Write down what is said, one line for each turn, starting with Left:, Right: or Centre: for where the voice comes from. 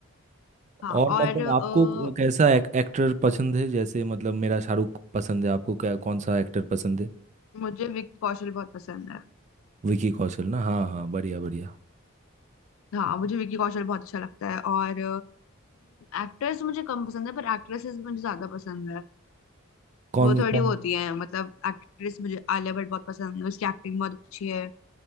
Left: हाँ
Right: और
Left: और
Right: मतलब
Left: अ,
Right: आपको क- कैसा एक, एक्टर पसंद है जैसे मतलब मेरा शाहरुख पसंद है आपको क्या कौन सा एक्टर पसंद है
Left: मुझे विक्की कौशल बहुत पसंद है
Right: विकी कौशल ना हाँ हाँ बढ़िया बढ़िया
Left: हाँ मुझे विक्की कौशल बहुत अच्छा लगता है और एक्टर्स मुझे कम पसंद है पर एक्ट्रेसेस मुझे ज्यादा पसंद है
Right: कौन
Left: वो थोड़ी
Right: कौन
Left: वो होती है मतलब एक्ट्रेस मुझे आलिया भट्ट बहुत पसंद है उसकी एक्टिंग बहुत अच्छी है